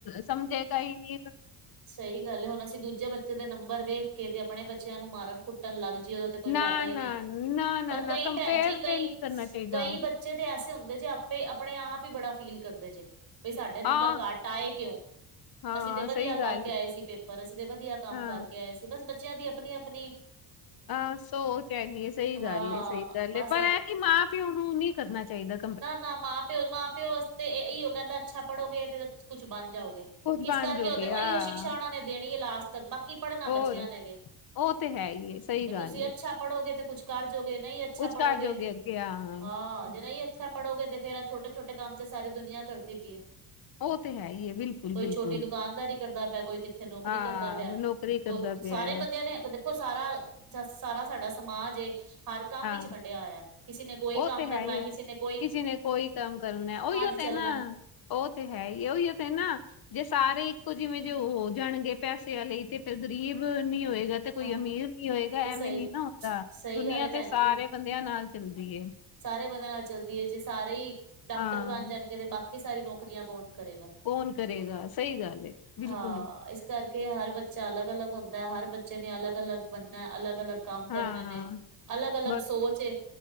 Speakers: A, on the left (about 55°); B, on the right (about 50°).
A: ਸਮਝੇਗਾ ਈ ਨੀ
B: ਸਈ ਗੱਲ ਏ ਹੁਨ ਅਸੀਂ ਦੂਜੇ ਬੱਚੇ ਦੇ ਨੰਬਰ ਵੇਖ ਕੇ ਤੇ ਅਪਣੇ ਬੱਚਿਆਂ ਨੂੰ ਮਾਰਨ, ਕੁੱਟਣ ਲੱਗ ਜਈਏ ਓ ਤੇ ਕੋਈ
A: ਨਾ
B: ਫਾਇਦਾ ਈ
A: ਨਾ
B: ਨਹੀਂ
A: ਨਾ ਨਾ
B: ਔਰ
A: ਨਾ
B: ਕਈ
A: ਕੰਪੇਅਰ
B: ਭੈਣ ਜੀ ਈ ਕਈ
A: ਤੇ ਨਹੀਂ ਕਰਨਾ ਚਾਹੀਦਾ
B: ਕਈ ਬੱਚ ਬੱਚੇ ਤੇ ਐਸੇ ਹੁੰਦੇ ਜੇ ਆਪੇ ਆਪਣੇ ਆਪ ਈ ਬੜਾ ਫੀਲ ਕਰਦੇ ਜੇ ਬਈ ਸਾਡੇ ਨੰਬਰ
A: ਆਹ
B: ਘੱਟ ਆਏ ਕਿਉਂ
A: ਹਾਂ
B: ਅਸੀਂ ਤੇ ਵਧੀਆ
A: ਸਹੀ ਗੱਲ
B: ਕਰਕੇ ਆਏ
A: ਹੈ।
B: ਸੀ ਪੇਪਰ ਅਸੀਂ ਤੇ ਵਧੀਆ ਕੰਮ
A: ਹਾਂ
B: ਕਰਕੇ ਆਏ ਸੀ ਈ ਬਸ ਬਚ ਬੱਚਿਆਂ ਦੀ ਆਪਣੀ ਆਪਣੀ ਈ
A: ਆਹ ਸੋਓ ਹੈਗੀ ਸਹੀ
B: ਹਾਂ
A: ਗੱਲ ਏ ਸਹੀ ਗੱਲ
B: ਬਸ
A: ਏ ਪਰ ਇਹ ਕਿ ਮਾਂ ਪਿਓ ਨੂੰ ਨਹੀਂ ਕਰਨਾ ਚਾਹੀਦਾ ਆ
B: ਨਾ ਨਾ ਮਾਂ ਪਿਓ ਮਾਂ ਪਿਓ ਵਾਸਤੇ ਇਓ ਕਹਿੰਦਾ ਅੱਛਾ ਪੜ੍ਹੋਗੇ ਤੇ ਕੁਛ ਬਣ ਜਾਓਗੇ ਏ
A: ਕੁਝ
B: ਇਸ
A: ਬਣ
B: ਕਰਕੇ
A: ਜੋਗੇ
B: ਐ ਉਹ ਤੇ
A: ਹਾਂ
B: ਇਹੀਓ ਸ਼ਿਕਸ਼ਾ ਉਹਨਾ ਨੇ ਦੇਣੀ ਲਾਸਟ ਤੇ ਬਾਕੀ ਪੜ੍ਹਨਾ
A: ਹੋਰ
B: ਬੱਚਿਆਂ ਨੇ ਵੋ ਵੇ
A: ਉਹ ਤੇ ਹੈ ਹੀ ਹੈ, ਸਹੀ
B: ਐ
A: ਗੱਲ
B: ਤੁਸੀਂ ਅੱਛਾ
A: ਏ
B: ਆ ਪੜ੍ਹੋਗੇ ਤੇ ਕੁੱਛ ਕਰਜੋਗੇ ਏ ਨਹੀਂ ਅੱਛਾ
A: ਕੁਛ
B: ਪੜ੍ਹੋਗੇ
A: ਕਰ ਜੋਗੇ ਅੱਗੇ ਹਾਂ
B: ਆ ਜੇ ਨਹੀਂ ਅੱਛਾ ਪੜੋਗੇ ਤੇ ਫੇਰ ਛੋਟੇ ਛੋਟੇ ਕੰਮ ਚ ਸਾਰੀ ਦੁਨੀਆਂ ਕਰਦੀ ਪਈ ਐ
A: ਉਹ ਤੇ ਹੈ ਹੀ ਹੈ ਬਿਲਕੁਲ
B: ਕੋਈ
A: ਬਿਲਕੁਲ
B: ਛੋਟੀ ਦੁਕਾਨਦਾਰੀ ਕਰਦਾ ਪਿਆ ਕੋਈ ਕਿੱਥੇ ਨੌਕਰੀ
A: ਹਾਂ
B: ਕਰਦਾ ਪਿਆ ਐ
A: ਨੌਕਰੀ ਕਰਦਾ
B: ਕੋ ਸਾਰੇ
A: ਪਿਆ
B: ਬੰਦਿਆਂ ਨੇ ਦੇਖੋ ਸਾਰਾ ਸਾਰਾ ਸਾਡਾ ਸਮਾਜ ਏ ਹਰ ਕੰਮ
A: ਹਾਂ
B: ਵਿੱਚ ਵੰਡਿਆ ਹੋਇਆ ਕਿਸੇ ਨੇ ਕੋਈ
A: ਉਹ
B: ਕੰਮ
A: ਤੇ ਹੈ
B: ਕਰਨਾ
A: ਹੀ
B: ਐ
A: ਹੈ।
B: ਕਿਸੇ ਨੇ ਏ
A: ਕਿਸੇ ਨੇ ਕੋਈ ਕੰਮ ਕਰਨਾ ਉਹੀਓ
B: ਚੱਲਣਾ
A: ਤੇ ਨਾ ਉਹ ਤੇ ਐ ਹੀ ਉਹ ਤੇ ਐ ਜੇ ਸਾਰੇ ਇੱਕੋ ਜਿਵੇਂ ਜੇ ਉਹ ਹੋ ਜਾਣਗੇ ਪੈਸਿਆਂ ਲਈ ਤੇ ਫਿਰ ਗ਼ਰੀਬ ਨੀ ਹੋਏਗਾ ਤੇ ਕੋਈ
B: ਅਹ
A: ਅਮੀਰ ਨੀ ਹੋਏਗਾ
B: ਤੇ ਸਹੀ
A: ਐਵੇਂ ਨੀ ਨਾ ਹੁੰਦਾ
B: ਸਹੀ
A: ਦੁਨੀਆਂ
B: ਗੱਲ ਹੈ ਭੈਣ
A: ਤੇ ਸਾਰੇ
B: ਜੀ
A: ਬੰਦਿਆਂ ਨਾਲ ਚੱਲਦੀ ਏ ਤੇ
B: ਸਾਰੇ ਬੰਦਿਆਂ ਨਾਲ ਚੱਲਦੀ ਐ ਜੇ ਸਾਰੇ ਈ ਡਾਕਟਰ
A: ਹਾਂ
B: ਬਣ ਜਾਣਗੇ ਤੇ ਬਾਕੀ ਸਾਰੀ ਨੌਕਰੀਆਂ ਕੌਣ ਕਰੇਗਾ ਆ
A: ਕੌਣ ਕਰੇਗਾ ਆ ਸਹੀ ਗੱਲ ਏ ਬਿਲਕੁਲ
B: ਹਾਂ ਇਸ ਕਰਕੇ ਹਰ ਬੱਚਾ ਅਲੱਗ ਅਲੱਗ ਹੁੰਦਾ ਐ ਹਰ ਬੱਚੇ ਨੇ ਅਲੱ ਅਲਗ ਬਣਨਾ ਐ ਅਲੱਗ ਅਲੱਗ ਕੰਮ ਕਰਨੇ
A: ਹਾਂ
B: ਨੇ ਏ ਅਲੱਗ ਅਲੱਗ
A: ਬਸ
B: ਸੋਚ ਏ